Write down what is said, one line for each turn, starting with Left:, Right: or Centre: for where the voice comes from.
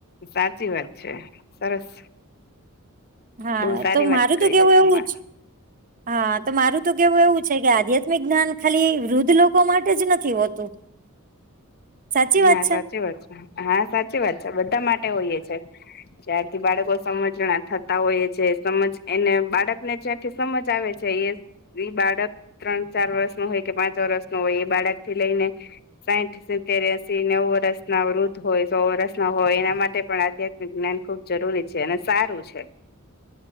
Left: સાચી વાત છે સરસ
Right: હા
Left: બહુ સારી
Right: તો મારું
Left: વાત કરી
Right: તો કેવું
Left: તમારે
Right: એવું જ હા તો મારું તો કેવું એવું છે કે આધ્યાત્મિક જ્ઞાન ખાલી વૃદ્ધ લોકો માટે જ નથી હોતું સાચી
Left: હા
Right: વાત છે
Left: સાચી વાત છે હા સાચી વાત છે બધા માટે હોયએ છે ત્યારથી બાળકો સમજણા થતા હોય છે સમજ એને બાળક ને છે સમજ આવે છે એ એ બાળક ત્રણ ચાર વર્ષ નો હોય કે પાંચ વર્ષ નો હોય એ બાળક થી લઈને સાહીઠ અત્યારે તયાસી નેવું વર્ષના વૃદ્ધ હોય સો વર્ષના હોય એના માટે પણ આધ્યાત્મિક જ્ઞાન ખુબ જરૂરી છે અને સારું છે